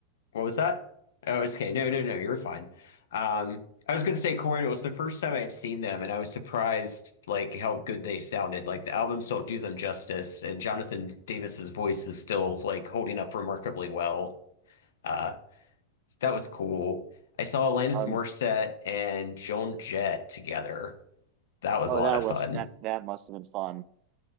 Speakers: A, on the left (about 80°); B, on the right (about 40°).
A: What was that? Oh, it's okay. No, no, no, you're fine. Um, I was gonna say Corn. It was the first time I had seen them, and I was surprised like how good they sounded. Like the albums don't do them justice, and Jonathan Davis's voice is still like holding up remarkably well. Uh, So that was cool. I saw Alanis
B: Um,
A: Morissette and Joan Jett together. That was
B: oh,
A: a lot
B: that
A: of
B: was
A: fun.
B: that that must have been fun.